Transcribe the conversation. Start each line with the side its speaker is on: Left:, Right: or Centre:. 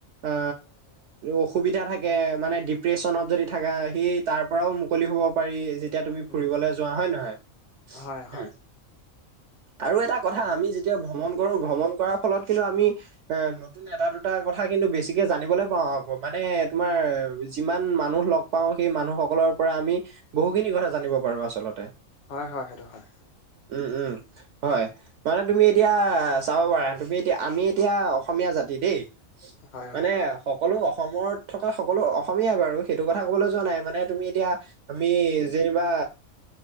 Right: এ অসুবিধা থাকে মানে ডিপ্ৰেশ্যনত যদি থাকা সেই তাৰ পৰাও মুকলি হ'ব পাৰি তুমি ফুৰিবলৈ
Left: উম
Right: যোৱা হয় নহয়
Left: হয়
Right: উ
Left: হয়
Right: আৰু এটা কথা আমি যেতিয়া ভ্ৰমণ কৰো ভ্ৰমণ কৰাৰ ফলত কিন্তু আমি এ নতুন এটা দুটাৰ কথা কিন্তু বেছিকে জানলৈ পাওঁ আকৌ মানে তোমাৰ যিমান মানুহ লগ পাওঁ সেই মানুহ সকলৰ পৰা আমি বহুখিনি কথা জানিব পাৰো আচলতে।
Left: হয় হয় সেইটো হয়।
Right: উম উম হয় মানে তুমি এতিয়া চাব পাৰা তুমি এতিয়া আমি এতিয়া অসমীয়া জাতি দেই
Left: হয়
Right: মানে
Left: হয়।
Right: সকলো অসমত থকা সকলো অসমীয়াই বাৰু সেইটো কথা ক'বলৈ যোৱা নাই মানে তোমি এতিয়া আমি যেনিবা